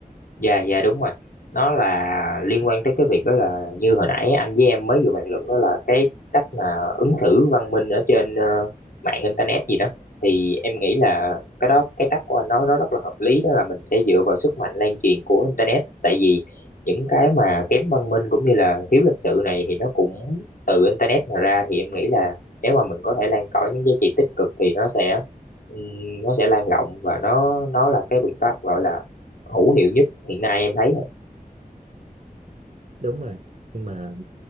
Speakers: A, on the left; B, on the right.
A: Dạ dạ đúng rồi. Nó là liên quan tới cái việc đó là như hồi nãy anh với em mới vừa bàn luận đó là cái cách mà ứng xử văn minh ở trên ờ, mạng internet gì đó thì em nghĩ là cái đó cái cách của anh nói nó rất là hợp lý đó là mình sẽ dựa vào sức mạnh lan truyền của internet tại vì những cái mà kém văn minh cũng như là thiếu lịch sự này thì nó cũng từ internet mà ra thì em nghĩ là nếu mà mình có thể lan tỏa những giá trị tích cực thì nó sẽ ừm, nó sẽ lan rộng và nó nó là cái biện pháp gọi là hữu hiệu nhất hiện nay em thấy
B: đúng rồi nhưng mà